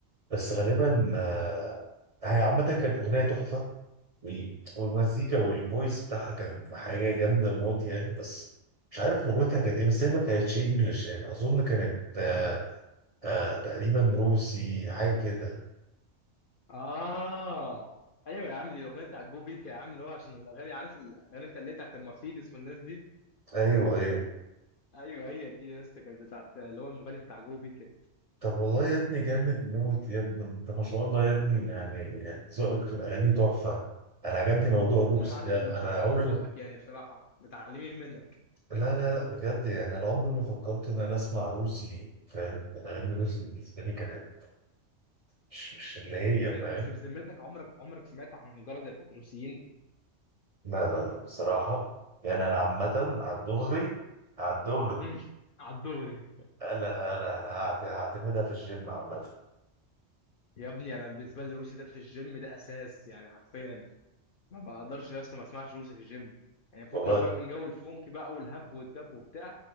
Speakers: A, on the right; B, on the left.
A: بس غالبا آه هي عامة كانت اغنية تحفة وال- والمزيكا والفويس بتاعها كان حاجه جامده موت يعني بس مش عارف لغتها كانت ايه بس هي ما كانتش انجلش يعني اظن كانت آه آه تقريبا روسي حاجه كده
B: اه ايوه يا عم دي الاغنيه بتاعت جو بيك يا عم اللي هو عشان الاغاني عارف الاغاني بتاع اللي هي بتاعت المرسيدس والناس دي
A: ايوه ايوه
B: ايوه هي دي يا اسطى كانت بتاعت اللي هو المغني بتاع جو بيك
A: طب والله يا ابني جامد موت يا ابني انت ما شاء الله يا ابني يعني يعني ذوقك في الاغاني تحفه انا عجبني موضوع
B: والله
A: الروسي
B: يا معلم
A: ده
B: مش
A: انا
B: احلى
A: عمري
B: من ذوقك
A: ما
B: يعني بصراحه متعلمين منك
A: لا لا لا بجد يعني انا عمري ما فكرت ان انا اسمع روسي فاهم الاغاني الروسي
B: <laughs>
A: بالنسبه لي كانت مش مش اللي هي
B: بس بس
A: فاهم
B: بذمتك عمرك عمرك سمعت حنجره زي بتاعت الروسيين
A: لا لا لا بصراحة يعني أنا عامة على الدغري على الدغري
B: <laughs> على الدغري
A: أنا أنا أنا هعت- هعتمدها في الجيم عامة
B: يا ابني انا بالنسبه لي الروسي ده في الجيم ده اساس يعني حرفيا ما بقدرش يا اسطى ما اسمعش روسي في الجيم يعني فكك
A: والله
B: بقى من جو الفونك بقى والهب والدب وبتاع